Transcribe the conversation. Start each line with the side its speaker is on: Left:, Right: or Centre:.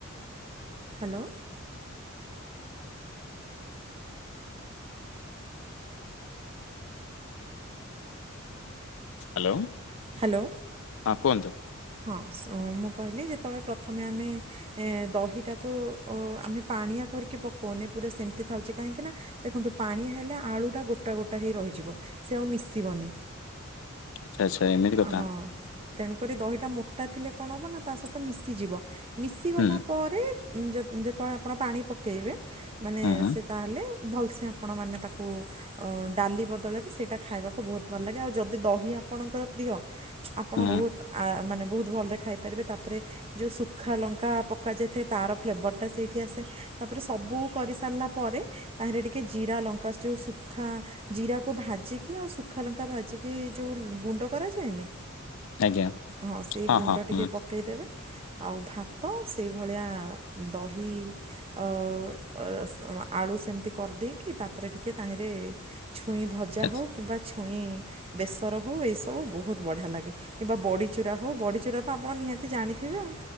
Right: ହ୍ୟାଲୋ।
Left: ହ୍ୟାଲୋ।
Right: ହ୍ୟାଲୋ।
Left: ହଁ କୁହନ୍ତୁ।
Right: ହଁ ମୁଁ କହିଲି ଯେତେବେଳେ ପ୍ରଥମେ ଆମେ ଏ ଦହିଟାକୁ ଆମେ ପାଣିଆ କରିକି ପକଉନି ପୁରା ସେମିତି ଥାଉଛି କାହିଁକିନା ଦେଖନ୍ତୁ ପାଣିଆ ହେଲେ ଆଳୁଟା ଗୋଟା ଗୋଟା ହେଇ ରହିଯିବ ସେ ଆଉ ମିଶିବନି।
Left: ଆଛା ଆଚ୍ଛା ଏମିତି କଥା।
Right: ହଁ ତେଣୁକରି ଦହିଟା ମୋଟା ଥିଲେ କଣ ହବ ନା ତା ସହିତ ମିଶିଯିବ। ମିଶି ଗଲା
Left: ହୁଁ
Right: ପରେ ଯେତ ଯେତେବେଳେ ଆପଣ ପାଣି ପକେଇବେ ମାନେ
Left: ହୁଁ ହୁଁ
Right: ସେ ତାହେଲେ ଭଲସେ ଆପଣମାନେ ତାକୁ ଉଁ ଡାଲି ବଦଳରେ ସେଇଟା ଖାଇବାକୁ ବହୁତ ଭଲ ଲାଗେ ଆଉ ଯଦି ଦହି ଆପଣଙ୍କର ପ୍ରିୟ ଆପଣ
Left: ହୁଁ
Right: ବହୁତ ଆ ମାନେ ବହୁତ ଭଲରେ ଖାଇପାରିବେ ତାପରେ ଯୋଉ ଶୁଖା ଲଙ୍କା ପକ ଯାଇଥାଏ ତାର ଫ୍ଲେଭରଟା ସେଇଠି ଆସେ ତାପରେ ସବୁ କରିସାରିଲା ପରେ ତାହେରେ ଟିକେ ଜିରା ଲଙ୍କା ଯୋଉ ଶୁଖା ଜିରାକୁ ଭାଜିକି ଆଉ ଶୁଖା ଲଙ୍କା ଭାଜିକି ଯୋଉ ଗୁଣ୍ଡ କରାଯାଏ ନି?
Left: ଆଜ୍ଞା
Right: ହଁ ସେଇ ଗୁଣ୍ଡ
Left: ହଁ
Right: ଟିକେ
Left: ହୁଁ
Right: ପକେଇଦେବେ ଆଉ ଭା ତ ସେଇଭଳିଆ ଦହି ଅ ଅ ସେ ଆଳୁ ସେମିତି କରିଦେଇକି ତାପରେ ଟିକେ ତାହିଁରେ ଛୁଇଁ ଭଜା
Left: ଆଚ୍ଛା
Right: ହଉ କିମ୍ବା ଛୁ ଛୁଇଁ ବେସର ହଉ ଏଇ ସ ବୁ ବହୁତ ବଢ଼ିଆ ଲାଗେ କିମ୍ବା ବଡ଼ିଚୁରା ହଉ ବଡ଼ିଚୁରା ତ ଆପଣ ନିହାତି ଜାଣିଥିବେ ଆଉ।